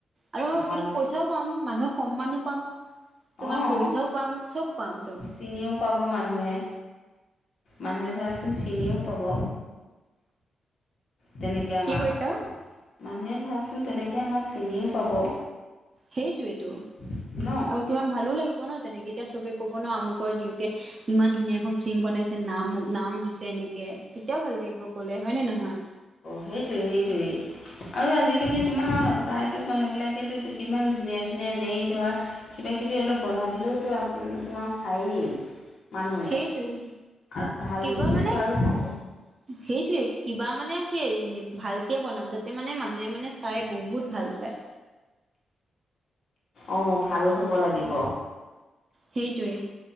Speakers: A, on the right; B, on the left.
A: আৰু
B: ভালকৈ
A: সেইটোত পইচাও পাম, মানুহৰ সন্মানো পাম। তোমাৰ
B: অঁ
A: পইচাও পাম, চব পাম তো।
B: চিনিও পাব মানুহে। মানুহে ধৰাচোন চিনিও পাব। তেনেকৈ আমাক
A: কি কৈছা
B: মানুহে ধৰাচোন তেনেকৈ আমাক চিনিও পাব।
A: সেইটোৱে টো।
B: ন
A: আৰু কিমান ভালো লাগিব ন, তেনেকে এতিয়া চবে ক'ব ন আমুকৰ জীয়েকে ইমান ধুনীয়া এখন ফিল্ম বনাইছে নামো, নাম হৈছে এনেকে, তেতিয়াও ভাল লাগিব। ক'লে হয় নে নহয়
B: সেইটোৱে, সেইটোৱে। আৰু আজিকালি তোমাৰ প্ৰায়তো মানুহ বিলাকেতো তো কিমান ধুনীয়া ধুনীয়া এনেই ধৰা কিবা কিবি অলপ বনাই দিলেওতো আপুন তোমাক চায়েই। মানুহে
A: সেইটোৱে
B: আৰু ভাল
A: কিবা
B: হ'লেতো
A: মানে সেইটোৱে,
B: আৰু চাব
A: কিবা মানে আৰু কি? ভালকে বনাম যাত তে মানে, মানুহে মানে চাই বহুত ভাল পায়।
B: অ ভাল হ'ব লাগিব।
A: সেইটোৱে।